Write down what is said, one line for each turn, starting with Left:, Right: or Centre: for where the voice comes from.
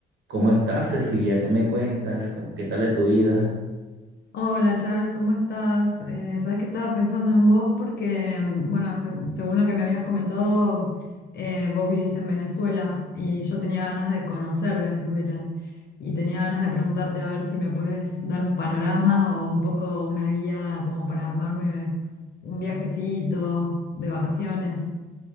Right: ¿Cómo estás, Cecilia? ¿Qué me cuentas? ¿Cómo- ¿Qué tal de tu vida?
Left: Hola Charles, ¿cómo estás? Eh, sabes que estaba pensando en vos porque, mm, bueno, seg- según lo que me habías comentado, eh, vos vivís en Venezuela y yo tenía ganas de conocer Venezuela y tenía ganas de preguntarte a ver si me puedes dar un panorama o un poco una guía como para armarme un viajecito de vacaciones.